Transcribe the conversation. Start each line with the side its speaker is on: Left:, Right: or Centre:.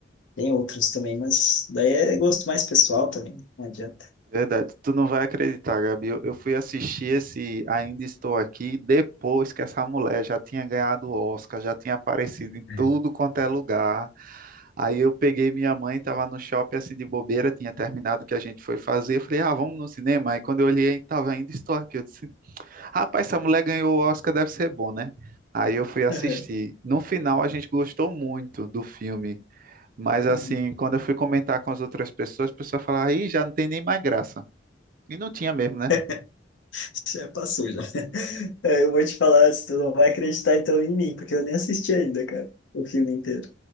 Left: Tem outros também, mas daí é gosto mais pessoal também, né, não adianta.
Right: Verdade, tu não vai acreditar, Gabi. Eu, eu fui assistir esse Ainda Estou Aqui depois que essa mulher já tinha ganhado o Oscar, já tinha aparecido em
Left: Hum.
Right: tudo quanto é lugar. Aí eu peguei minha mãe, estava no shopping assim de bobeira, tinha terminado o que a gente foi fazer. Eu falei, ah, vamos no cinema. Aí quando eu olhei, tava Ainda Estou Aqui. Eu disse, rapaz, essa mulher ganhou o Oscar, deve ser bom, né? Aí eu fui assistir.
Left: Aham,
Right: No final, a gente gostou muito do filme. Mas assim,
Left: uhum.
Right: quando eu fui comentar com as outras pessoas, a pessoa falava, aí já não tem nem mais graça. E não tinha mesmo, né?
Left: <laughs> Já passou já. <laughs> É, Eu vou te falar, se tu não vai acreditar então em mim, porque eu nem assisti ainda, cara, o filme inteiro.